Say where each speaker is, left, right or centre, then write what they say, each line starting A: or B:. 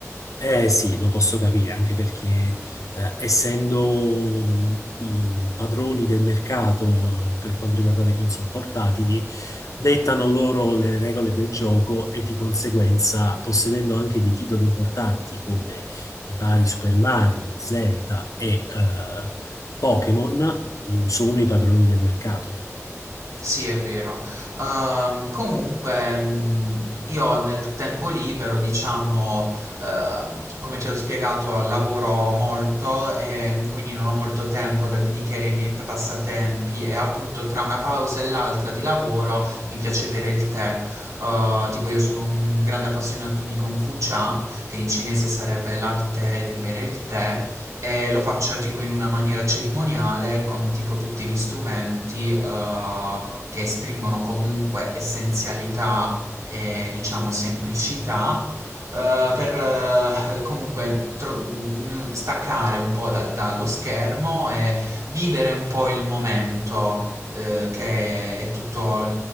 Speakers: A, on the left (about 80°); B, on the right (about 70°).
A: Eh sì, lo posso capire, anche perché eh, essendo mh, padroni del mercato per quanto riguarda le console portatili, dettano loro le regole del gioco e di conseguenza, possedendo anche dei titoli importanti come i vari Super Mario, Zelda e eh, Pokémon, mh, sono i padroni del mercato.
B: Sì, è vero. Ehm, comunque, mh, io nel tempo libero, diciamo, ehm, come ti ho spiegato, lavoro molto e quindi non ho molto tempo da dedicare ai miei t- passatempi e appunto tra una pausa e l'altra di lavoro mi piace bere il tè. Eh, tipo io sono un grande appassionato di Gongfu Cha, che in cinese sarebbe l'arte di bere il tè. E lo faccio tipo in una maniera cerimoniale con tipo tutti gli strumenti, eh, che esprimono comunque essenzialità e diciamo semplicità, eh, per eh, comunque tro- mm, staccare un po' da- dallo schermo e vivere un po' il momento eh, che è tutta